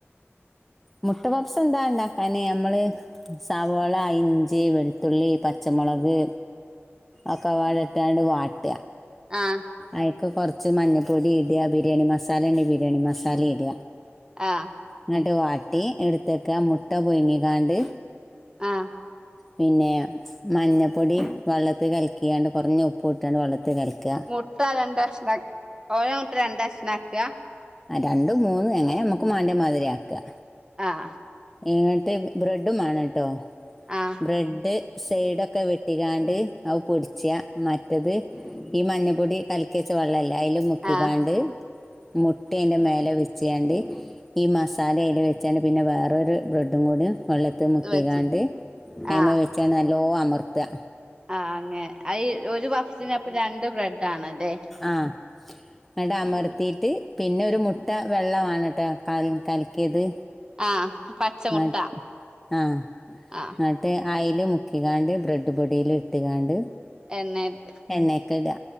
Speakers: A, in the centre; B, on the right.
A: മുട്ടപഫ്സ് എന്താ ഇണ്ടാക്കാൻ നമ്മള് സവള, ഇഞ്ചി, വെളുത്തുള്ളി, പച്ചമുളക് ഒക്കപാടെ ഇട്ടാണ്ട് വാട്ട
B: ആഹ്
A: അയ്ക്ക് കൊറച്ച് മഞ്ഞപ്പൊടി ഇട ബിരിയാണി മസാലണ്ടങ്കി ബിരിയാണി മസാലി ഇട
B: ആഹ്
A: ഇന്നട്ട് വാട്ടി എടുത്ത്ക്കാ മുട്ട പുഴുങ്ങിക്കാണ്ട്
B: ആഹ്
A: പിന്നെ മഞ്ഞപ്പൊടി വെള്ളത്തി കലക്കിയാണ്ട് കൊറഞ്ഞ ഉപ്പു ഇട്ടാണ്ട് വെള്ളത്തി കലക്കാ
B: മുട്ട രണ്ട് കഷ്ണാക് ഓരോ മുട്ട രണ്ട് കഷ്ണാക്കാ
A: ആഹ് രണ്ടും മൂന്നും എങ്ങനെ നമ്മക്ക് മാണ്ടിയെ മാതിരി ആക്കാ
B: ആഹ്
A: ഇങ്ങട്ട് ബ്രെഡും മാണംട്ടോ
B: ആഹ്
A: ബ്രെഡ് സൈഡൊക്കെ വെട്ടിങ്ങാണ്ട് അത് പൊടിച്ചാ മറ്റത് ഈ മഞ്ഞപ്പൊടി കലക്കി വെച്ച വെള്ളയില്ലേ അയില് മുക്കിങ്ങാണ്ട്
B: ആഹ്
A: മുട്ട ഈന്റെ മേലെ ഒഴിച്ച്ങ്ങാണ്ട് ഈ മസാലയും അയില് വെച്ചാണ്ട് പിന്നെ വേറൊരു ബ്രെഡും കൂടിയും വെള്ളത്ത് മുക്കീങ്ങാണ്ട്
B: ഇത് വെച്ച്
A: അയിമ്മെ
B: ആഹ്
A: വെച്ച് നല്ലോ അമർത്താ
B: ആഹ് അങ്ങനെ അയ് ഒരു പഫ്സിനപ്പം രണ്ട് ബ്രെഡാണല്ലേ
A: ആഹ് ആടാ അമർത്തിയിട്ട് പിന്നെ ഒരു മുട്ട വെള്ള വേണട്ടോ കൽ കലക്കിയത്
B: ആഹ് പച്ചമുട്ട
A: <unintelligible> ആഹ് <unintelligible>
B: ആഹ്
A: ട്ട് അയില് മുക്കീങ്ങാണ്ട് ബ്രെഡ് പൊടിയില് ഇട്ട്ങ്ങാണ്ട്
B: എണ്ണേയിട്ട്
A: എണ്ണേക്കിടാ